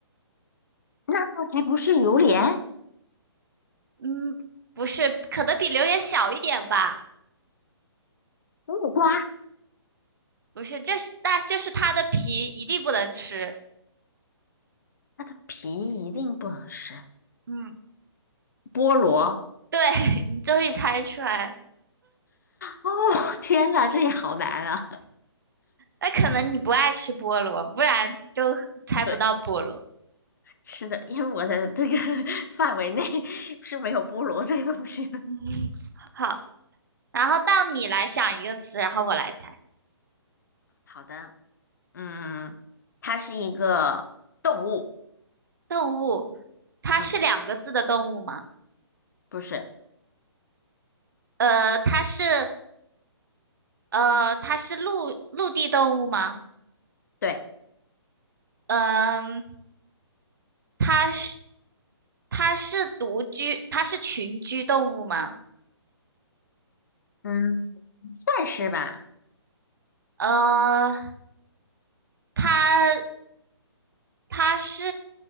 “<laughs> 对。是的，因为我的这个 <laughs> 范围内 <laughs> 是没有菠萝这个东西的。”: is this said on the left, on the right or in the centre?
Left